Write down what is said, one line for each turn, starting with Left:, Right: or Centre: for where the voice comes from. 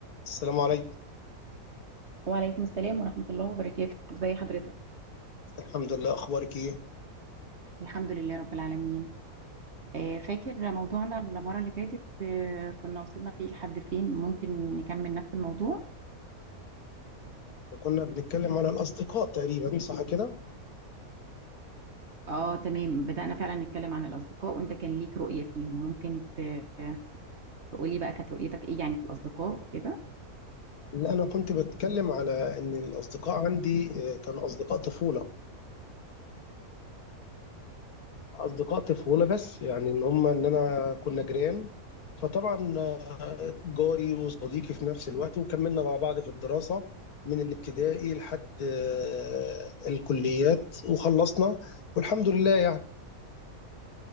Left: السلام عليكم
Right: وعليكم السلام ورحمة الله وبركاته ازي حضرتك
Left: الحمد لله اخبارك ايه
Right: الحمد لله رب العالمين آه، فاكر موضوعنا المرة اللي فاتت آه، كنا وصلنا فيه لحد فين ممكن نكمل نفس الموضوع
Left: كنا بنتكلم على الاصدقاء تقريبا صح كده
Right: اه تمام بدأنا فعلا نتكلم عن الأصدقاء وانت كان ليك رؤية فيهم ممكن ت- تقولي بقى كانت رؤيتك ايه يعني في الأصدقاء وكده
Left: لا انا كنت بتكلم على ان الاصدقاء عندي آه، كانوا اصدقاء طفوله اصدقاء طفوله بس يعني ان هم ان انا كنا جيران فطبعا آه، جاري وصديقي في نفس الوقت وكملنا مع بعض في الدراسه من الابتدائي لحد آه، الكليات وخلصنا والحمد لله يعني